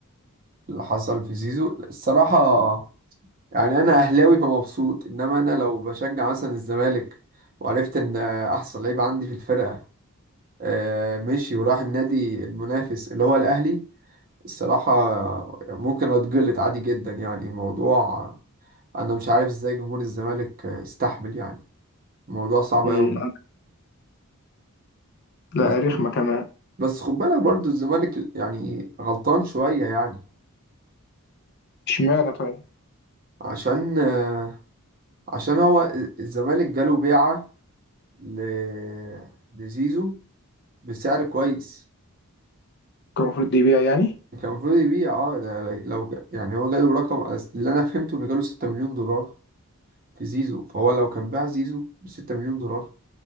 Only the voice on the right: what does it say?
اللي حصل في زيزو الصراحة يعني انا اهلاوي فمبسوط انما انا لو بشجع مثلا الزمالك وعرفت ان احسن لعيب عندي في الفرقه آه، مشي وراح النادي المنافس اللي هو الاهلي الصراحه ممكن اتجلط عادي جدا يعني الموضوع انا مش عارف ازاي جمهور الزمالك استحمل يعني الموضوع صعب
قوي
بس
بس خد بالك برضو الزمالك يعني غلطان شويه يعني
عشان آه، عشان هو الزمالك جاله بيعه ل- لزيزو بسعر كويس
كان المفروض يبيع اه ده لو ج- يعني هو جاله رقم أس- اللي انا فهمته انه جاله 6 مليون دولار في زيزو فهو لو كان باع زيزو ب 6 مليون دولار